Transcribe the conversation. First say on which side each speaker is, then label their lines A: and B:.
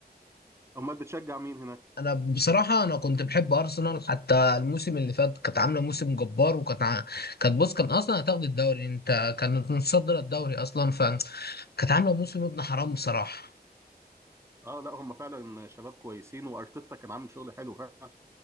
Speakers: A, on the right; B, on the left.
A: امال بتشجع مين هناك
B: انا بصراحه انا كنت بحب ارسنال حتى الموسم اللي فات كانت عامله موسم جبار وكانت ع... كانت بص كان اصلا هتاخد الدوري انت كانت متصدره الدوري اصلا فكانت عامله موسم ابن حرام بصراحه
A: اه لا هم فعلا شباب كويسين وارتيتا كان عامل شغل حلو فعلا